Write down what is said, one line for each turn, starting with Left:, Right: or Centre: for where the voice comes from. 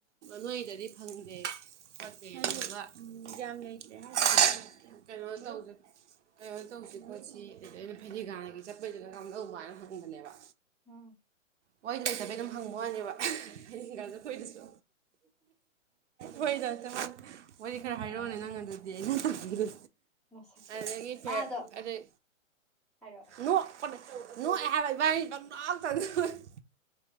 Right: ꯅꯣꯏꯗꯗꯤ ꯐꯪꯗꯦ ꯐꯠꯇꯦ ꯑꯗꯨꯗꯨꯒ ꯎꯝ ꯌꯥꯝ ꯂꯩꯇꯦ ꯍꯥꯏꯗꯣ <unintelligible> ꯀꯩꯅꯣ ꯇꯧꯖ ꯀꯩꯅꯣ ꯇꯧꯁꯤ ꯈꯣꯠꯁꯤ ꯑꯗꯨꯗ ꯑꯩꯅ ꯐꯗꯤꯒꯥꯟꯒꯤ ꯆꯠꯄꯩꯁꯤꯅ ꯀꯝꯗꯧꯕ ꯍꯥꯏꯅ ꯍꯪꯕꯅꯦꯕ
Centre: ꯎꯝ
Right: ꯃꯣꯏ ꯂꯩꯇꯕꯩ ꯑꯗꯨꯝ ꯍꯪꯕ ꯋꯥꯅꯦꯕ ꯐꯩꯗꯤꯡꯒꯥ ꯆꯠꯄꯩꯗꯨꯁꯨ ꯋꯔꯤꯗꯣ ꯑꯝꯇ ꯉꯥꯡ ꯋꯥꯔꯤ ꯈꯔ ꯍꯥꯏꯔꯛꯑꯣꯅꯦ ꯅꯪ ꯑꯗꯨꯗꯤ ꯑꯩꯅ ꯍꯪꯕꯗꯣ
Centre: ꯃꯁꯛꯇꯨꯒ
Right: ꯑꯗꯒꯤ ꯐꯦꯔ
Centre: ꯃꯥꯗꯣ
Right: ꯑꯗꯩ
Centre: ꯍꯥꯏꯔꯛꯑꯣ
Right: ꯅꯣꯛ ꯄꯅꯦ ꯅꯣꯑꯦ ꯍꯥꯏꯕ ꯏꯕꯥꯅꯤ ꯄꯪꯅꯣꯛꯇ <unintelligible>